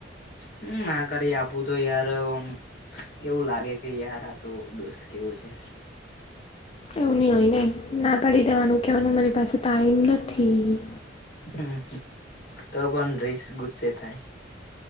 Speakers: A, on the left; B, on the left.
A: હમ આ કરી આપું તો યાર અમ એવું લાગે કે યાર આ તો દોસ્ત કેવો છે.
B: એવું ની હોય ને ના કરી દેવાનું કેવાનું મારી પાસે ટાઈમ નથી.
A: હમ હમ તો પણ ર્રીસ ગુસ્સે થાય.